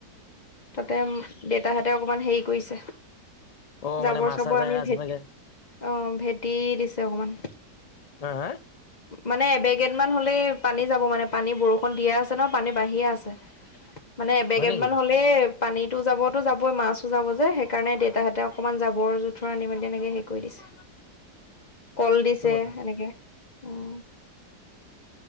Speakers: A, on the left (about 25°); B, on the left (about 80°).
A: তাতে দেউতাহঁতে অকমান হেৰি কৰিছে।
B: অ
A: জাবৰ
B: মানে মাছা
A: চাবৰ
B: চাই
A: আমি
B: আছে
A: ভেটি
B: চাগে
A: অ ভেটি দিছে অকমান।
B: হা হা?
A: মানে এবেগেদ মান হলেই পানী যাব মানে পানী বৰষুণ দিয়ে আছে ন পানী বাঢ়িয়ে আছে। মানে এবেগেদ
B: হয় নেকি
A: মান হ' লে পানীতো যাবতো যাবই মাছো যাব যে, সেইকাৰণে দেউেতাহঁতে অকনমান যাবৰ জো উঠৰ আনি মেলি এনেকে হে কৰি দিছে, কল দিছে,
B: সেইটো কথা
A: এনেকে। উম।